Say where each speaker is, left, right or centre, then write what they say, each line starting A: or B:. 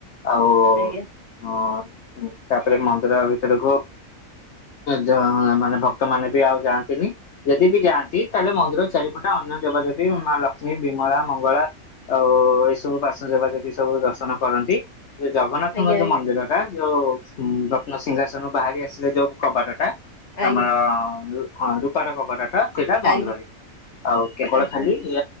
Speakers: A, on the left; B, on the left.
A: ଆଉ
B: ଆଜ୍ଞା।
A: ହଁ ତାପରେ ମନ୍ଦିର ଭିତରକୁୁ ଜ ଅ ମାନେ ଭକ୍ତ ମାନେ ବି ଆଉ ଯାଆନ୍ତି ନ୍ତିନି ଯଦି ବି ଯାଆନ୍ତି ତାହେଲେ ମନ୍ଦିର ଚାରିପଟା ଅନ୍ୟ ଦେବା ଦେବୀ ମା ଲକ୍ଷ୍ମୀ, ବିମଳା, ମଙ୍ଗଳା ଆଉ ଏଇ ସବୁ ବାସ ଦେବା ଦେବି ସବୁ ଦର୍ଶନ କରନ୍ତି। ଯୋଉ ଜଗନ୍ନାଥଙ୍କ
B: ଆଜ୍ଞା
A: ଯୋଉ ମନ୍ଦିର ଟା ଯୋଉ ରତ୍ନସିିଂହାସନରୁ ବାହାରି ଆସିଲେ ଯୋଉ କବାଟ ଟା
B: ଆଜ୍ଞା
A: ଆମର ହଁ ରୂପାର କବାଟ ଟା। ସେଇଟା ବନ୍ଦ
B: ଆଜ୍ଞା ଆଜ୍ଞା।
A: ରହେ ଆଉ କେବଳ
B: ଆଜ୍ଞା
A: ଖାଲି ଏଇ